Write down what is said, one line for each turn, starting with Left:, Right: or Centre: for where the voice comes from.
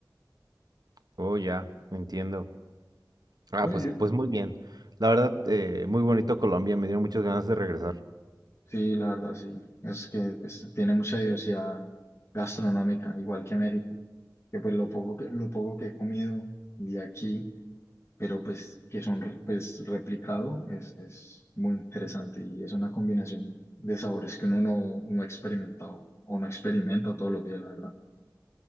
Right: Oh, ya, entiendo. Ah,
Left: Bueno,
Right: pues,
Left: yo,
Right: pues muy bien. La verdad, eh, muy bonito Colombia, me dieron muchas ganas de regresar.
Left: Sí, la verdad, sí. Es que pues, tiene mucha diversidad gastronómica, igual que México. Que pues lo poco que, lo poco que he comido de aquí, pero pues que son re- pues, replicado, es, es muy interesante y es una combinación de sabores que uno no, no ha experimentado o no experimenta todos los días, la verdad.